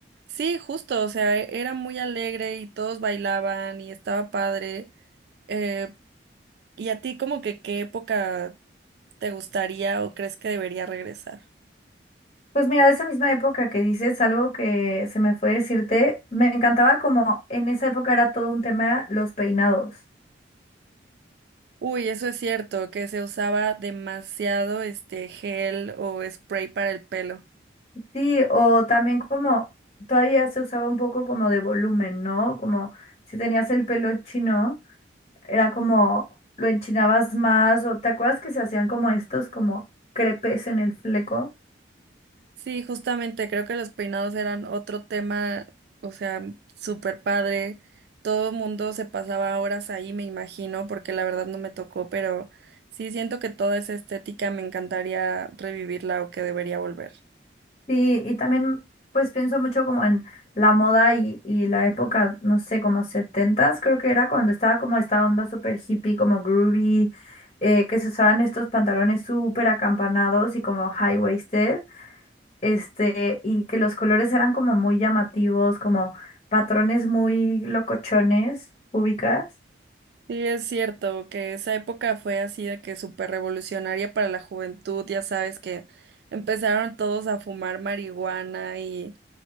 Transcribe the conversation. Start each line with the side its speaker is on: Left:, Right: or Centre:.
Right: Sí, justo, o sea, e- era muy alegre y todos bailaban y estaba padre. Eh, ¿y a ti como que qué época te gustaría o crees que debería regresar?
Left: Pues mira, de esa misma época que dices, algo que se me fue decirte, me encantaba como en esa época era todo un tema los peinados.
Right: Uy, eso es cierto, que se usaba demasiado este gel o spray para el pelo.
Left: Sí, o también como todavía se usaba un poco como de volumen, ¿no? Como si tenías el pelo chino, era como lo enchinabas más, o te acuerdas que se hacían como estos como crepes en el fleco.
Right: Sí, justamente creo que los peinados eran otro tema, o sea, súper padre. Todo mundo se pasaba horas ahí, me imagino, porque la verdad no me tocó, pero sí siento que toda esa estética me encantaría revivirla o que debería volver.
Left: Sí, y también pues pienso mucho como en la moda y, y la época, no sé, como setentas, creo que era cuando estaba como esta onda súper hippie, como groovy, eh, que se usaban estos pantalones súper acampanados y como high-waisted, este, y que los colores eran como muy llamativos, como patrones muy locochones, ubicas.
Right: Sí, es cierto que esa época fue así de que súper revolucionaria para la juventud, ya sabes que empezaron todos a fumar marihuana y